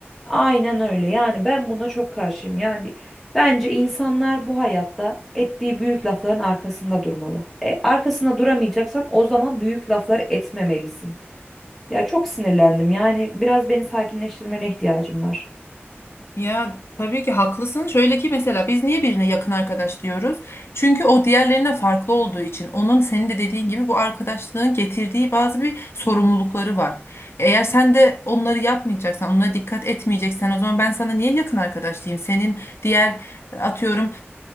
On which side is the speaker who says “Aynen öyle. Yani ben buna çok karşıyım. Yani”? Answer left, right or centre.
Centre